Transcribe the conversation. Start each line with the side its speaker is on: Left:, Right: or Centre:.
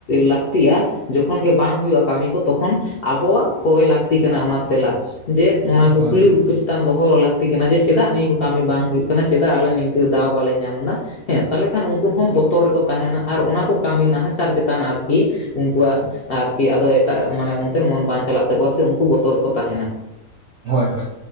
Left: ᱞᱟᱠ ᱛᱤᱜᱼᱟ ᱡᱚᱠᱷᱚᱱ ᱜᱮ ᱵᱟᱝ ᱦᱩᱭᱩᱜᱼᱟ ᱠᱟᱹᱢᱤ ᱠᱚ ᱛᱚᱠᱷᱚᱱ ᱟᱵᱚᱣᱟᱜ ᱠᱚᱭ ᱞᱟᱹᱠᱛᱤ ᱠᱟᱱᱟ ᱚᱱᱟ ᱛᱮᱞᱟ᱾ ᱡᱮ ᱚᱱᱟ
Right: ᱦᱳᱭ
Left: ᱠᱩᱠᱞᱤ ᱩᱠᱩ ᱪᱮᱛᱟᱱ ᱫᱚᱦᱚ ᱞᱟᱹᱠᱛᱤ ᱠᱟᱱᱟ ᱡᱮ ᱪᱮᱫᱟᱜ ᱱᱤᱭᱟᱹ ᱠᱚ ᱠᱟᱹᱢᱤ ᱵᱟᱝ ᱦᱩᱭᱩᱜ ᱠᱟᱱᱟ᱾ ᱪᱮᱫᱟᱜ ᱟᱞᱮ ᱱᱤᱝᱠᱟᱹ ᱫᱟᱣ ᱵᱟᱞᱮ ᱧᱟᱢ ᱫᱟ᱾ ᱦᱮᱸ ᱛᱟᱦᱚᱞᱮ ᱠᱷᱟᱱ ᱩᱱᱠᱩ ᱦᱚᱸ ᱵᱚᱛᱚᱨ ᱨᱮᱠᱚ ᱛᱟᱦᱮᱱᱟ ᱟᱨ ᱚᱱᱟ ᱠᱚ ᱠᱟᱹᱢᱤ ᱱᱟᱦᱟᱪᱟᱨ ᱪᱮᱛᱟᱱ ᱟᱨᱠᱤ ᱩᱱᱠᱩᱣᱟᱜ ᱟᱨᱠᱤ ᱟᱫᱚ ᱮᱴᱟᱜ ᱢᱟᱱᱮ ᱚᱱᱛᱮ ᱢᱚᱱ ᱵᱟᱝ ᱪᱟᱞᱟᱜ ᱛᱟᱠᱚᱣᱟ ᱥᱮ ᱩᱱᱠᱩ ᱵᱚᱛᱚᱨ ᱨᱮᱠᱚ ᱛᱟᱦᱮᱱᱟ᱾
Right: ᱦᱳᱭ ᱦᱳᱭ